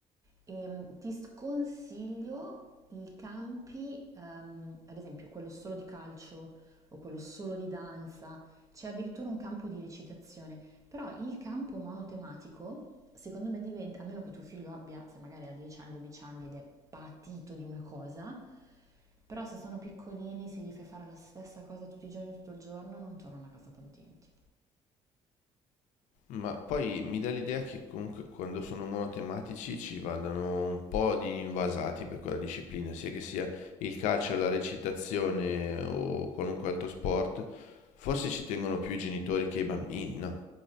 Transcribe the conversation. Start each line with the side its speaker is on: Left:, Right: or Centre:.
Right: Ehm, ti sconsiglio i campi, ehm, ad esempio quello solo di calcio o quello solo di danza, c'è addirittura un campo di recitazione, però il campo monotematico, secondo me diventa, a meno che tuo figlio abbia, se magari ha 10 anni, 12 anni ed è patito di una cosa, però se sono piccolini, se gli fai fare la stessa cosa tutti i giorni, tutto il giorno, non tornano a casa contenti.
Left: Ma poi mi dà l'idea che comunque quando sono monotematici ci vadano un po' di invasati per quella disciplina, sia che sia il calcio, la recitazione o qualunque altro sport. Forse ci tengono più i genitori che i bambini, no?